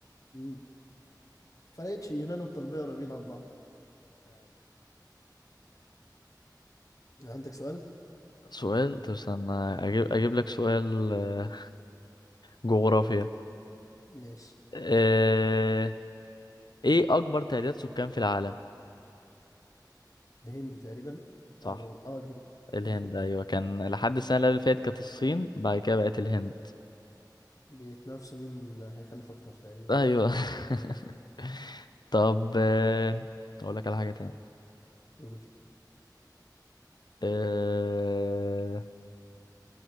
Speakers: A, on the left (about 50°); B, on the left (about 70°).
A: امم فلقيتش يونان والطلبية قريبين عن بعض عندك سؤال
B: فسؤال طب استنى اجيب اجيب لك سؤال آه، جغرافيا
A: ماشي
B: آه، ايه اكبر تعداد سكان في العالم
A: الهند تقريبا
B: صح
A: أو أه الهند
B: الهند
A: ها
B: ايوه كان لحد السنه اللي قبل فاتت كانت الصين بعد كده بقت الهند
A: بيتنافسوا مين هيخلف أكتر تقريبا
B: ايوه <laughs> طب آه،
A: طيب.
B: اقول لك على حاجه تاني
A: قول
B: آه،